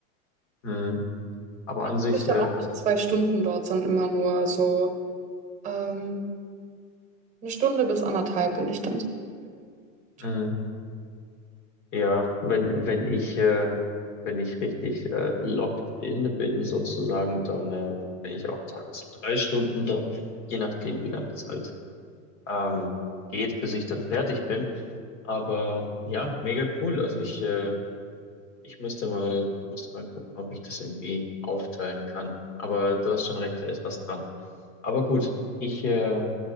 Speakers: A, on the left; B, on the right.
A: mh, aber
B: Dafür
A: an sich,
B: bin ich dann
A: äh,
B: auch
A: hast
B: nie zwei Stunden dort, sondern immer nur so ähm, eine Stunde bis anderthalb bin ich dann so. im Gym.
A: du, mh, ja, wenn, wenn ich, äh, wenn ich richtig äh, locked in bin, sozusagen, dann äh, bin ich auch teilweise drei Stunden da, je nachdem, wie lange es halt ähm, geht, bis ich dann fertig bin. Aber ja, mega cool. Also ich, äh, ich müsste mal, ich müsste mal gucken, ob ich das irgendwie aufteilen kann. Aber du hast schon recht, da ist was dran. Aber gut, ich, äh,